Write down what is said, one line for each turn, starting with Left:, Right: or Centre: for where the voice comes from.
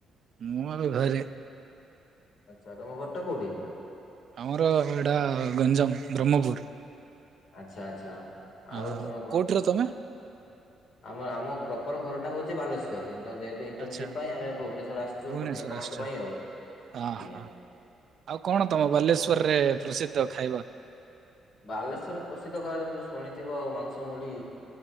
Right: ମୁଁ ଏବେ ଘରେ।
Left: ଆଚ୍ଛା ତମ ଘରଟା କୋଉଠି?
Right: ଆମର ଏଇଟା ଗଞ୍ଜାମ ବ୍ରହ୍ମପୁର।
Left: ଆଚ୍ଛା ଆଚ୍ଛା
Right: ହଁ।
Left: ଆଉ ତମେ କ
Right: କୋଉଠିର ତମେ
Left: ଆମର ଆମ ପ୍ରପର ଘରଟା ହଉଚି ବାଲେଶ୍ୱର କିନ୍ତୁ ଯେହେତୁ ଇଣ୍ଟର୍ନସିପ୍
Right: ଆଚ୍ଛା
Left: ପାଇଁ ଆମେ ଭୁବନେଶ୍ଵର ଆସିଛୁ
Right: ଭୁବନେଶ୍ୱର
Left: ଗୋଟେ ଏକ
Right: ଆସିଛ
Left: ମାସ ପାଇଁ ଆଉ
Right: ହଁ
Left: ଆଜ୍ଞା।
Right: ହଁ। ଆଉ କଣ ତମ ବାଲେଶ୍ୱରରେ ପ୍ରସିଦ୍ଧ ଖାଇବା?
Left: ବାଲେଶ୍ୱରରେ ପ୍ରସିଦ୍ଧ ଖାଇବା ତମେ ତ ଶୁଣିଥିବ ଆଉ ମାଂସ ମୁଢି।